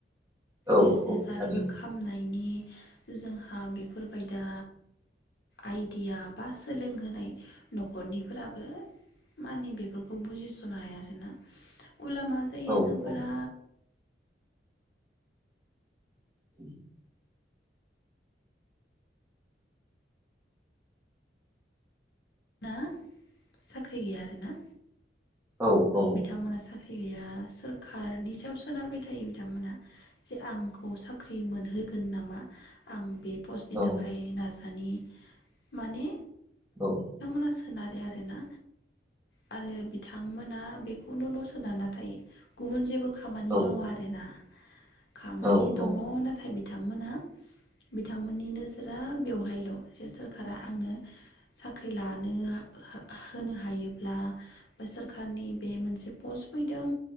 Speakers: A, on the right; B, on the left.
A: औ
B: बिजनेस
A: औ थारैनो
B: आरिबो खामनाय माने जोंहा बिफोरबायदा आइदिया बा सोलोंहोनाय नखरनि फोराबो माने बेफोरखौ बुजिसनो हायाखैना उललामा जायो
A: औ
B: जोंफोरा
A: औ औ <inaudible>
B: ना साख्रि गैया आरोना
A: औ औ।
B: बिथांमोना साख्रि गैया सोरकारनि सायाव सोनारबाय थायो बिथांमोनहा जे आंखौ साख्रि मोनहो नामा आं बे पस्तनि
A: औ
B: थाखाय नाजानि माने
A: औ
B: सोनारे आरोना आरो बिथांमोना बे <unintelligible> गुबुन जेबो खामानि
A: औ
B: मावा आरोना खामानि
A: औ औ
B: दङ नाथाय बि बिथांमोना बिथांमोननि नोजोरा बेवहायल जे सोरखारा आंनो सा साख्रि लानो हो-होनो हायोब्ला सोरखारनि बे मोनसे पस्ट फैदों